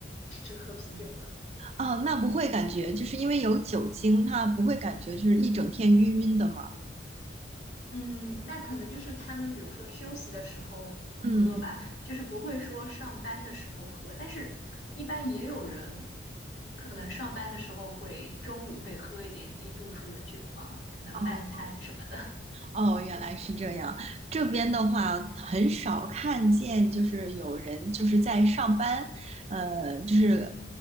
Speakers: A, on the left; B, on the right.
A: 是喝啤酒了。
B: 啊，那不会感觉就是因为有酒精，它不会感觉就是一整天晕晕的吗？
A: 嗯，那可能就是他们，比如说休息的时候喝吧，
B: 嗯，
A: 就是不会说上班的时候喝。但是，一般也有人可能上班的时候会中午会喝一点低度数的酒嘛，可能半餐什么的。
B: 哦哦，原来是这样。这边的话，很少看见，就是有人就是在上班，呃，就是